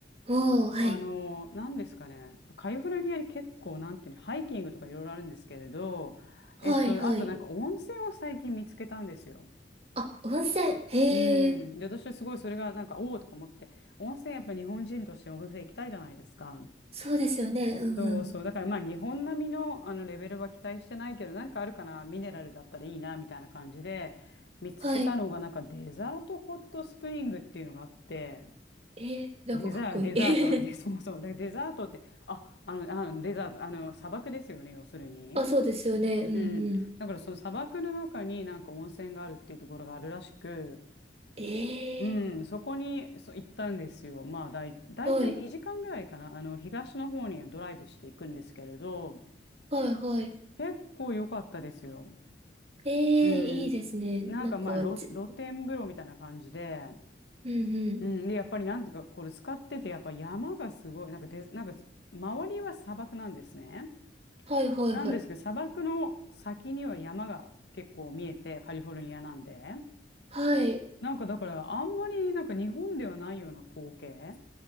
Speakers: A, on the right; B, on the left.
A: おー、はい。
B: あのーなんですかね、カリフォルニアに結構、なんていうの、ハイキングとかいろいろあるんですけれど、
A: はい、
B: えっと、
A: はい。
B: あとなんか温泉を最近見つけたんですよ。
A: あ、温泉。へえ、
B: うん。で、私はすごいそれがなんか、おおとか思って、温泉やっぱ日本人として温泉行きたいじゃないですか。
A: そうですよね。うんうん。
B: そうそう。だからまあ日本並みの、あのレベルは期待してないけど、なんかあるかな、ミネラルだったらいいな、みたいな感じで、見つけたのがなんかデザートホットスプリングっていうのがあって、
A: はい。えー、なんかかっこいい。
B: デザ、デザート、で、そうそう。で、デザートって、あ、あの、あのデザート、あの、砂漠ですよね、要するに。
A: <laughs> あ、そうですよね。うんうん。
B: うん。だからその砂漠の中になんか温泉があるっていうところがあるらしく、
A: え
B: うん、
A: え、
B: そこにそう行ったんですよ。まあ、だい、だいたい2時間ぐらいかな。
A: はい。
B: あの、東の方にはドライブしていくんですけれど、
A: はい、はい。
B: 結構良かったですよ。
A: ええ、
B: うん。
A: いいですね。
B: なんかまあ、
A: なんか、
B: 露、
A: ち
B: 露天風呂みたいな感じで、
A: うんうん。
B: うん。で、やっぱりなんていうか、これ使ってて、やっぱ山がすごい、なんかで、なんか、周りは砂漠なんですね。
A: はい、はい、
B: なんですけど、
A: はい。
B: 砂漠の先には山が結構見えて、カリフォルニアなんで。
A: はい。
B: なんかだから、あんまりなんか日本ではないような光景。